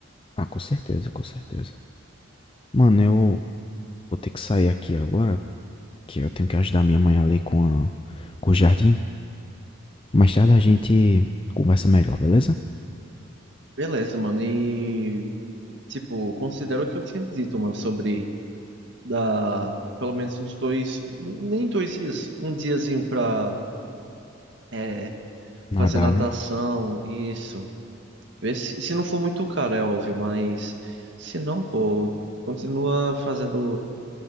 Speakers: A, on the left (about 25°); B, on the right (about 60°).
A: Ah, com certeza, com certeza. Mano, eu vou ter que sair aqui agora, que eu tenho que ajudar minha mãe ali com a, com o jardim. Mais tarde a gente conversa melhor, beleza?
B: Beleza, mano. E, tipo, considero o que eu tinha dito, mano, sobre dá pelo menos uns dois, nem dois dias, um diazinho pra é,
A: Nada,
B: fazer natação,
A: né?
B: isso. Ver se, se não for muito caro, é óbvio, mas se não, pô, continua fazendo